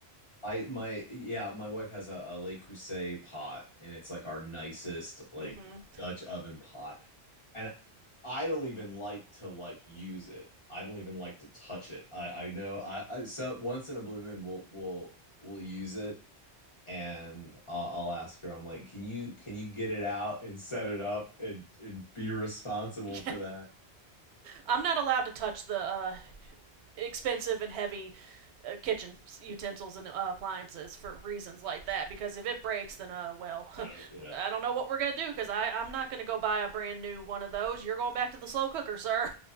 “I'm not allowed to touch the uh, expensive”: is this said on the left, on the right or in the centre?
Right